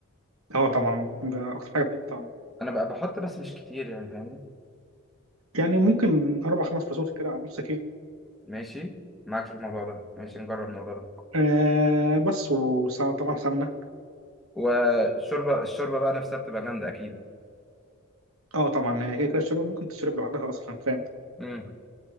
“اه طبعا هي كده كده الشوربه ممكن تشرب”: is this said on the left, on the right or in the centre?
Right